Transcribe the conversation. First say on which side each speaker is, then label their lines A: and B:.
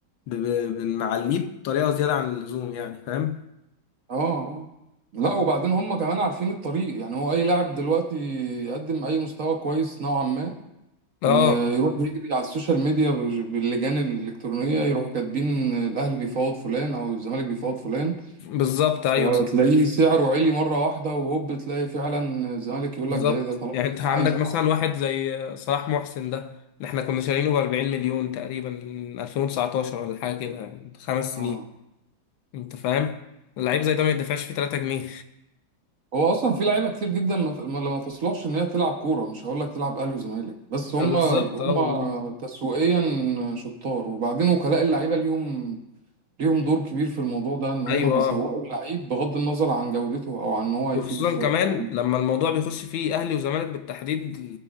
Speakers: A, on the left (about 75°); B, on the right (about 50°).
A: ب- ب- بنعليه بطريقه زياده عن اللزوم يعني فاهم
B: اه آه. لا وبعدين هم كمان عارفين الطريق يعني هو اي لاعب دلوقتي يقدم اي مستوى كويس نوعا ما
A: اه
B: ي- يروح يجري على السوشيال ميديا بج- باللجان الالكترونيه يروحوا كاتبين إن الاهلي بيفاوض فلان او الزمالك بيفاوض فلان
A: بالظبط ايوه
B: فتلاقيه
A: صح
B: سعره عالي مره واحده وهوب تلاقي فعلا الزمالك يقول
A: بالظبط
B: لك ده ايه ده طالما
A: يعني انت
B: الاهلي
A: عندك
B: عايزه
A: مثلا
B: أعرفه.
A: واحد زي صلاح محسن ده اللي احنا كنا شارينه ب 40 مليون تقريبا من 2019 ولا حاجه كده من خمس سنين
B: اه
A: انت فاهم اللعيب زي ده ما يدفعش فيه 3 جنيه
B: هو اصلا في لعيبه كتير جدا ما ت- ما- ما تصلحش ان هي تلعب كوره مش هقول لك تلعب اهلي وزمالك بس هم
A: آه، بالظبط
B: هم
A: اه والله
B: تسويقيا شطار وبعدين وكلاء اللعيبه ليهم ليهم دور كبير في الموضوع ده ان هم
A: ايوه
B: بيسوقوا اللعيب بغض النظر عن جودته او عن ان هو هيفيد
A: وخصوصا
B: الفرق
A: كمان
B: او
A: لما الموضوع بيخش فيه اهلي وزمالك بالتحديد